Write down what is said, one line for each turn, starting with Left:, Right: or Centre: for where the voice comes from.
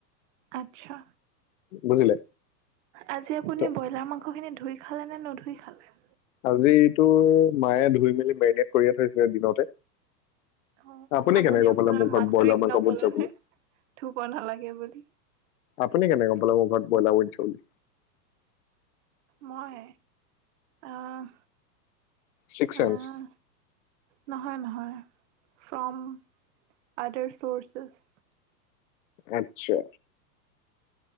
Right: আচ্ছা।
Left: বুজিলে।
Right: আজি আপুনি
Left: ত
Right: ব্ৰইলাৰ মাংস খিনি ধুই খালে নে নুধুই খালে?
Left: আজি এইটো মায়ে ধুই মেলি মেৰিনেট কৰিয়ে থৈছিলে দিনতে।
Right: অ
Left: আপুনি কেনেকে গম
Right: আপোনাৰ
Left: পালে মোৰ ঘৰত
Right: মাতৃক
Left: ব্ৰইলাৰ মাংস
Right: নকলেনে
Left: বনিছে বুলি,
Right: ধুব নালাগে বুলি?
Left: আপুনি কেনে গম পালে মোৰ ঘৰত ব্ৰইলাৰ বনিছে বুলি।
Right: মই আহ
Left: ছিক্সচেন্চ।
Right: আহ নহয়, নহয় ফ্ৰম আদাৰ চৰ্চেছ।
Left: আত্ছা।